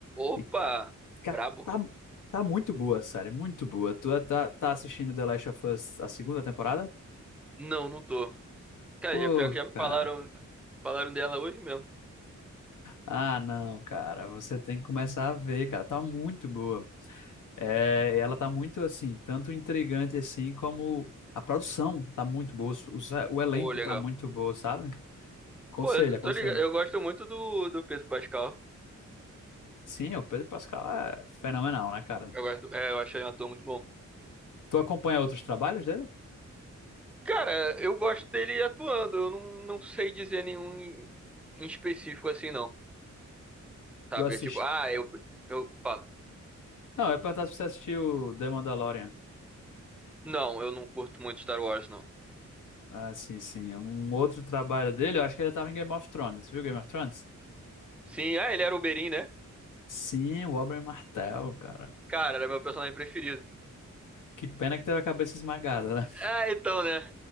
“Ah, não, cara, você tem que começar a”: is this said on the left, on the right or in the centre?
Left